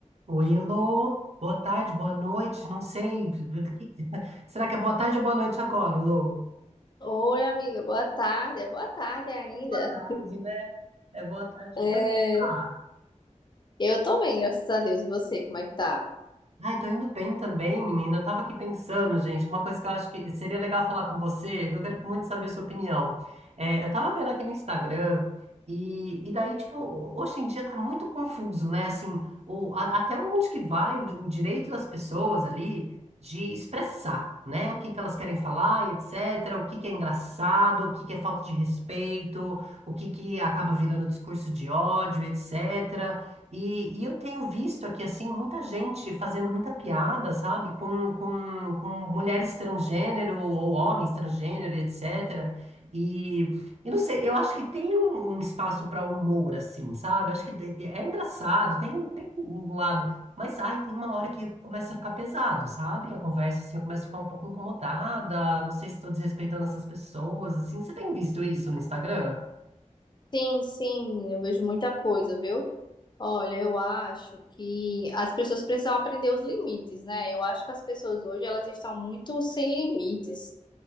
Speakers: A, on the right; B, on the left.
A: O Elo, boa tarde, boa noite, não sei. o que- <laughs> Será que é boa tarde ou boa noite agora, Elo?
B: Oi, amiga, boa tarde. É boa tarde ainda.
A: É boa tarde, né? É boa tarde.
B: É,
A: Como é que você tá?
B: eu tô bem, graças a Deus. E você, como é que tá?
A: Ai, tô indo bem também, menina. Eu tava aqui pensando, gente, uma coisa que eu acho que seria legal falar com você, eu quero muito saber a sua opinião. É, eu tava vendo aqui no Instagram, e, e daí, tipo, hoje em dia tá muito confuso, né? Assim, o, a- até onde que vai o, o direito das pessoas ali de expressar, né? O que que elas querem falar e etc. O que que é engraçado, o que que é falta de respeito, o que que acaba virando discurso de ódio, etc. E, e eu tenho visto aqui, assim, muita gente fazendo muita piada, sabe, com, com, com mulheres transgênero ou homens transgênero, e etc. E, e não sei, eu acho que tem um, um espaço para humor, assim, sabe? Acho que de- de- é engraçado, tem, tem um lado. Mas, ai, tem uma hora que começa a ficar pesado, sabe? A conversa, assim, eu começo a ficar um pouco incomodada, não sei se estou desrespeitando essas pessoas, assim. Você tem visto isso no Instagram?
B: Sim, sim, eu vejo muita coisa, viu? Olha, eu acho que as pessoas precisam aprender os limites, né? Eu acho que as pessoas hoje elas estão muito sem limites.